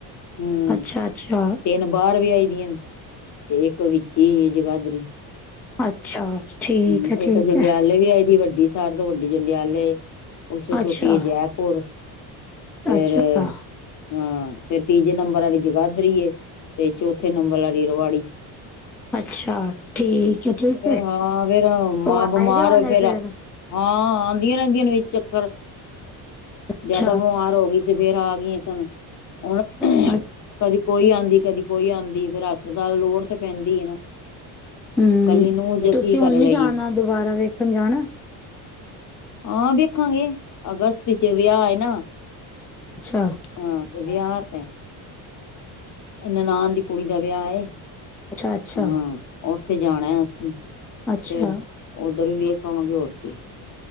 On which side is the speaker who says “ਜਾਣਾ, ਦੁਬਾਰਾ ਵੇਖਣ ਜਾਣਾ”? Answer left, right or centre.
Centre